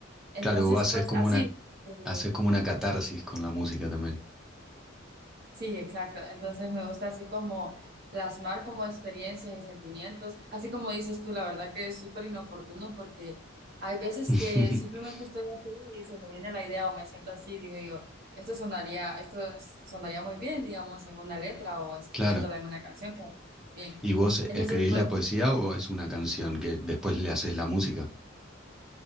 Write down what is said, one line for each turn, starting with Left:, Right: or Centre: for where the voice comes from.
Right: Entonces,
Centre: Claro, vos haces
Right: pues
Centre: como
Right: así,
Centre: una,
Right: eh,
Centre: haces como una catarsis con la música también.
Right: sí, exacto. Entonces me gusta así como plasmar como experiencias y sentimientos, así como dices tú, la verdad que es súper inoportuno porque hay veces
Centre: <laughs>
Right: que simplemente estoy así y se me viene la idea o me siento así, digo yo, esto sonaría, esto sonaría muy bien, digamos, en una letra o escribiéndola
Centre: Claro.
Right: en una canción, que bien.
Centre: ¿Y vos escribís
Right: Entonces, pues
Centre: la poesía o es una canción que después le haces la música?